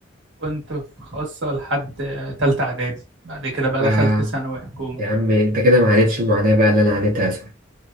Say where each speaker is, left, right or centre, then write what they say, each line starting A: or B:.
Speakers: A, on the right (about 80°); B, on the right (about 45°).
A: كنت في خاصه لحد تالته اعدادي بعد كده بقى
B: آه
A: دخلت ثانوي حكومه
B: يا عم أنت كده ما عانيتش المعاناة بقى اللي أنا عانيتها صح